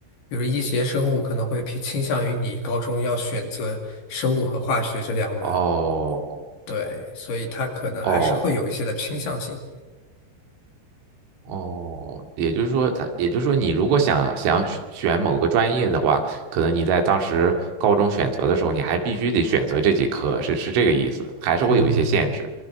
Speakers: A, on the left; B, on the right.
A: 比如医学生物可能会偏倾向于你高中要选择生物和化学这两门，
B: 哦
A: 对，所以它可能还是会有一些的倾向性。
B: 哦哦，也就是说他，也就是说，你如果想想选选某个专业的话，可能你在当时高中选择的时候，你还必须得选择这几科，是是这个意思，还是会有一些限制。
A: 嗯，